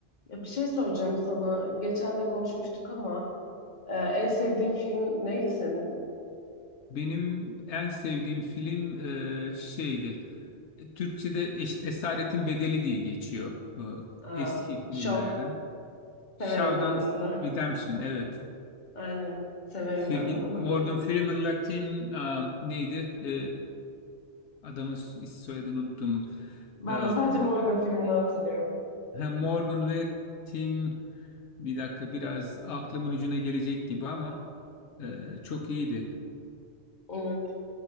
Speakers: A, on the left (about 40°); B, on the left (about 85°).
A: Ya bir şey soracağım sana. Geçen de konuşmuştuk ama e, en sevdiğin film neydi senin?
B: Benim en sevdiğim film e, şeydi. Türkçe'de Eş- Esaretin Bedeli diye geçiyor e,
A: E,
B: eski filmlerden.
A: Show.
B: Shawshank
A: Severim ben de onu.
B: Redemption, evet.
A: Aynen. Severim
B: Firgi-
A: ben de onu.
B: Morgan Freeman'la Tim e, neydi? E, adamın is- soyadını unuttum.
A: Ben
B: E,
A: de sadece Morgan filmini hatırlıyorum.
B: hem Morgan ve Tim bir dakika biraz aklımın ucuna gelecek gibi ama e, çok iyiydi.
A: Evet.